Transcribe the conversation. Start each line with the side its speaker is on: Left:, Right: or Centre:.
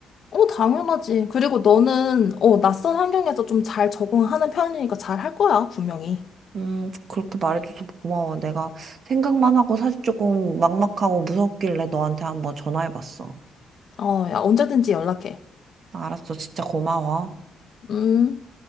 Left: 어, 당연하지. 그리고 너는 어, 낯선 환경에서 좀 잘 적응하는 편이니까 잘 할 거야, 분명히.
Right: 음, 그렇게 말해줘서 고마워. 내가 생각만 하고 사실 조금 막막하고 무섭길래 너한테 한번 전화해봤어.
Left: 어, 야, 언제든지 연락해.
Right: 알았어. 진짜 고마워.
Left: 음.